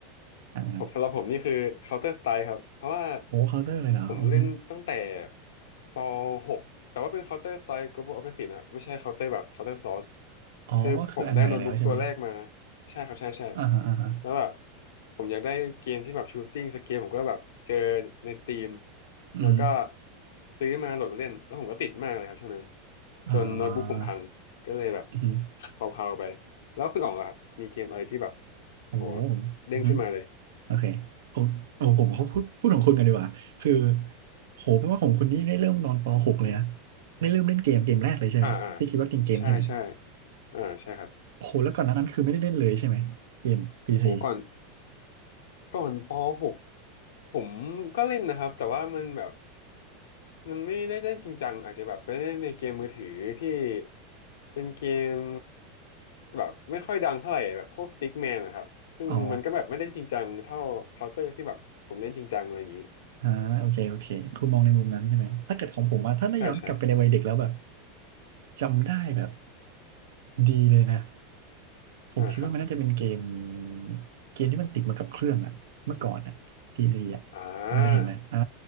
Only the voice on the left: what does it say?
ผมสำหรับผมนี่คือ Counter Strike ครับเพราะว่า
ผมเล่นตั้งแต่ป .6 แต่ว่าเป็น Counter Strike Global Offensive นะครับไม่ใช่ Counter แบบ Counter Source
คือผมได้โน้ตบุ๊กตัวแรกมาใช่ครับใช่ใช่
แล้วแบบผมอยากได้เกมที่แบบ Shooting สเกลผมก็แบบเจอใน Steam
แล้วก็ซื้อมาโหลดมาเล่นแล้วผมก็ติดมากเลยครับช่วงนั้น
จนโน้ตบุ๊กผมพังก็เลยแบบ
เผาๆไปแล้วคุณอ๋องล่ะครับมีเกมอะไรที่แบบ
โหเด้งขึ้นมาเลย
อ่าอ่า
ใช่ใช่อ่าใช่ครับ
โหก่อนก่อนป .6 ผมก็เล่นนะครับแต่ว่ามันแบบมันไม่ได้เล่นจริงจังอาจจะแบบไปเล่นในเกมมือถือที่เป็นเกมแบบไม่ค่อยดังเท่าไหร่แบบพวกสติ๊กแมนนะครับซึ่งมันก็แบบไม่ได้จริงจังเท่าเคาน์เตอร์ที่แบบผมเล่นจริงจังอะไรอย่างนี้
ใช่ใช่
อ่าครับ
อ่า